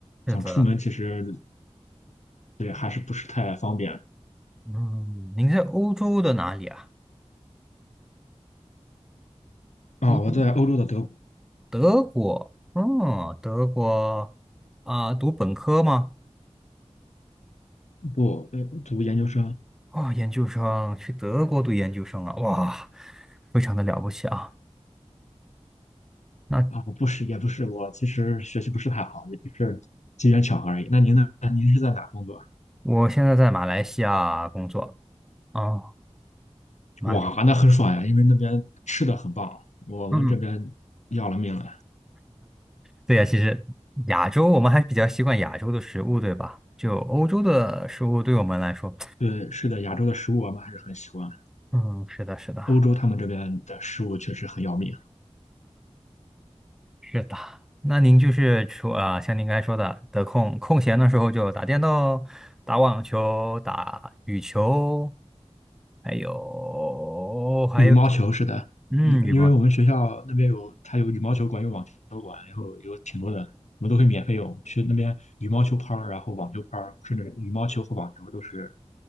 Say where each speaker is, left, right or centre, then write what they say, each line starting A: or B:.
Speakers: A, in the centre; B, on the left.
A: 是的，
B: 想出门其实对还是不是太方便。
A: 嗯，您在欧洲的哪里啊？
B: 啊，
A: 欧洲，
B: 我在欧洲的德国，
A: 德国。嗯，德国啊，读本科吗？
B: 不，呃，读研究生，
A: 哦，研究生，去德国读研究生啊，哇，非常的了不起啊。那
B: 啊，不是，也不是，我其实学习不是太好，也就是机缘巧合而已。那您呢？您是在哪工作？
A: 我现在在马来西亚工作哦，马来，
B: 哇，那很爽呀，因为那边吃的很棒，我们这边要了命了。
A: 嗯，对呀，其实亚洲我们还比较习惯亚洲的食物，对吧？就欧洲的食物对我们来说，
B: 对，是的，亚洲的食物我们还是很喜欢，
A: 嗯，是的，是的，
B: 欧洲他们这边的食物确实很要命。
A: 是的。那您就是说啊，像您刚才说的，得空空闲的时候就打电动、打网球、打羽球，还有还有，
B: 羽毛球是的，
A: 嗯，
B: 因因为我们学校那边有，
A: 羽毛。
B: 它有羽毛球馆，有网球馆，然后有挺多的，我们都会免费用。去那边羽毛球拍儿，然后网球拍儿，甚至羽毛球和网球都是